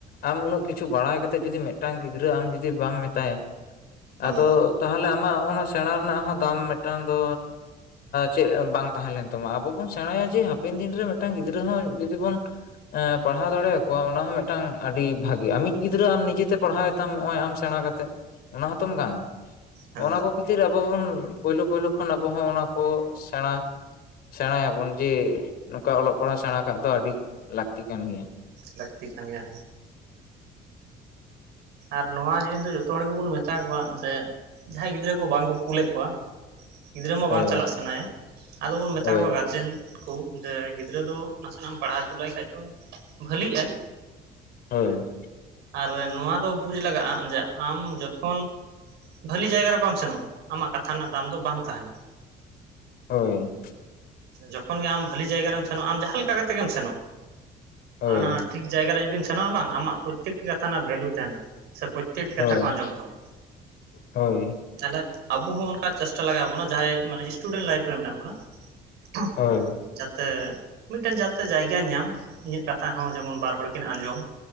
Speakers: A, on the left; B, on the right.
A: ᱟᱢ ᱩᱱᱟᱹᱜ ᱠᱤᱪᱷᱩ ᱵᱟᱲᱟᱭ ᱠᱟᱛᱮᱫ ᱡᱩᱫᱤ ᱢᱤᱫᱴᱟᱝ ᱜᱤᱫᱽᱨᱟᱹ ᱟᱢ ᱡᱩᱫᱤ ᱵᱟᱢ ᱢᱮᱛᱟᱭᱟ,
B: ᱦᱩᱸ
A: ᱟᱫᱚ ᱛᱟᱦᱚᱞᱮ ᱟᱢᱟᱜ ᱚᱱᱟ ᱥᱮᱬᱟ ᱨᱮᱱᱟᱜ ᱦᱚᱸ ᱫᱟᱢ ᱢᱤᱫᱴᱟᱝ ᱫᱚ, ᱪᱮᱫ ᱵᱟᱝ ᱛᱟᱦᱮᱸ ᱞᱮᱱ ᱛᱟᱢᱟ ᱟᱵᱚ ᱵᱚᱱ ᱥᱮᱬᱟᱭᱟ ᱡᱮ ᱦᱟᱯᱮᱱ ᱫᱤᱱ ᱨᱮ ᱢᱤᱫᱴᱟᱝ ᱜᱤᱫᱽᱨᱟᱹ ᱦᱚᱸ ᱡᱩᱫᱤ ᱵᱚᱱ, ᱯᱟᱲᱦᱟᱣ ᱫᱟᱲᱮᱭᱟᱠᱚᱣᱟ ᱚᱱᱟ ᱦᱚᱸ ᱢᱤᱫᱴᱟᱝ ᱟᱹᱰᱤ ᱵᱷᱟᱜᱮ ᱟᱢᱤᱧ ᱜᱤᱫᱽᱨᱟᱹ ᱟᱢ ᱱᱤᱡᱮᱛᱮ ᱯᱟᱲᱦᱟᱣ ᱛᱟᱢ ᱱᱚᱜᱼᱚᱭ ᱟᱢ ᱥᱮᱬᱟ ᱠᱟᱛᱮ ᱚᱱᱟ ᱦᱚᱸᱛᱚᱢ ᱜᱟᱱᱟ,
B: ᱦᱮᱸ
A: ᱚᱱᱟ ᱠᱚ ᱠᱷᱟᱹᱛᱤᱨ ᱟᱵᱚ ᱵᱚᱱ ᱯᱳᱭᱞᱳ ᱯᱳᱭᱞᱳ ᱠᱷᱚᱱ ᱟᱵᱚ ᱦᱚᱸ ᱚᱱᱟ ᱠᱚ ᱥᱮᱬᱟ ᱥᱮᱬᱟᱭᱟᱵᱚᱱ, ᱡᱮ ᱱᱚᱝᱠᱟ ᱚᱞᱚᱜ ᱯᱟᱲᱦᱟᱣ ᱥᱮᱬᱟ ᱠᱟᱜ ᱫᱚ ᱟᱹᱰᱤ ᱞᱟᱹᱠᱛᱤ ᱠᱟᱱ ᱜᱮᱭᱟ ᱾
B: ᱞᱟᱹᱠᱛᱤ ᱠᱟᱱ ᱜᱮᱭᱟ, ᱟᱨ ᱱᱚᱣᱟ ᱡᱤᱱᱤᱥ ᱫᱚ ᱡᱚᱛᱚ ᱦᱚᱲ ᱜᱮᱵᱚᱱ ᱢᱮᱛᱟ ᱠᱚᱣᱟ ᱡᱮ ᱡᱟᱦᱟᱸᱭ ᱜᱤᱫᱽᱨᱟᱹ ᱠᱚ ᱵᱟᱝ ᱠᱳᱞ ᱞᱮᱫ ᱠᱚᱣᱟ ᱾ ᱜᱤᱫᱽᱨᱟᱹ ᱢᱟ
A: ᱦᱳᱭ
B: ᱵᱟᱝ ᱪᱟᱞᱟᱜ ᱥᱟᱱᱟᱭᱮᱭᱟ, ᱟᱫᱚ ᱵᱚᱱ ᱢᱮᱛᱟ
A: ᱦᱳᱭ
B: ᱠᱚᱣᱟ ᱜᱟᱨᱡᱮᱱ ᱠᱳ ᱡᱮ ᱜᱤᱫᱽᱨᱟᱹ ᱫᱚ ᱱᱟᱥᱮᱱᱟᱜ ᱮᱢ ᱯᱟᱲᱦᱟᱣ ᱦᱚᱪᱚ ᱞᱟᱭ ᱠᱷᱟᱡ ᱫᱚ ᱵᱷᱟᱹᱞᱤᱜ ᱟᱭ,
A: ᱦᱳᱭ,
B: ᱟᱨ ᱱᱚᱣᱟ ᱫᱚ ᱵᱩᱡᱽ ᱞᱟᱜᱟᱜ-ᱟ, ᱡᱮ ᱟᱢ ᱡᱚᱠᱷᱚᱱᱼᱼ ᱵᱷᱷᱟᱞᱤ ᱡᱟᱭᱜᱟ ᱨᱮ ᱵᱟᱢ ᱥᱮᱱᱚᱜ-ᱟ, ᱟᱢᱟᱜ ᱠᱟᱛᱷᱟ ᱨᱮᱱᱟᱜ ᱫᱟᱢ ᱫᱚ ᱵᱟᱝ ᱛᱟᱦᱮᱱᱟ᱾
A: ᱦᱳᱭ,
B: ᱡᱚᱠᱷᱚᱱ ᱜᱮ ᱟᱢ ᱵᱷᱟᱹᱞᱤ ᱡᱟᱭᱜᱟ ᱨᱮᱢ ᱥᱮᱱᱚᱜ-ᱟ ᱟᱢ ᱡᱟᱦᱟᱸ ᱞᱮᱠᱟ ᱠᱟᱛᱮ ᱜᱮᱢ ᱥᱮᱱᱚᱜ᱾
A: ᱦᱳᱭ
B: ᱟᱱᱟ ᱴᱷᱤᱠ ᱡᱟᱭᱜᱟ ᱨᱮ ᱡᱩᱫᱤᱢ ᱥᱮᱱᱚᱜ-ᱟ ᱵᱟᱝ ᱟᱢᱟᱜ ᱯᱚᱨᱛᱛᱮᱠᱴᱤ ᱠᱟᱛᱷᱟ ᱨᱮᱱᱟᱜ ᱵᱷᱮᱞᱩ ᱛᱟᱦᱮᱱᱟ ᱥᱮ ᱯᱚᱨᱛᱛᱮᱠᱴᱤ
A: ᱦᱳᱭ
B: ᱠᱟᱛᱷᱟ ᱠᱚ ᱟᱸᱡᱚᱢ ᱛᱟᱢᱟ,
A: ᱦᱳᱭ
B: ᱛᱟᱦᱚᱞᱮ ᱟᱵᱚ ᱦᱚᱸ ᱚᱱᱠᱟ ᱪᱮᱥᱴᱟ ᱞᱟᱜᱟᱣ ᱟᱵᱚᱱᱟ ᱡᱟᱦᱟᱸᱭ ᱢᱟᱱᱮ ᱤᱥᱴᱩᱰᱮᱱᱴ ᱞᱟᱭᱤᱯᱷ ᱨᱮ ᱢᱮᱱᱟᱜ ᱵᱚᱱᱟ ᱾
A: ᱦᱳᱭ
B: <inaudible> ᱛᱮ ᱢᱤᱫᱴᱮᱱ ᱡᱟᱛᱮ ᱡᱟᱭᱜᱟᱭ ᱧᱟᱢ ᱤᱧᱟᱹᱜ ᱠᱟᱛᱷᱟ ᱦᱚᱸ ᱡᱮᱢᱚᱱ ᱵᱟᱨ ᱦᱚᱲ ᱠᱤᱱ ᱟᱸᱡᱚᱢ᱾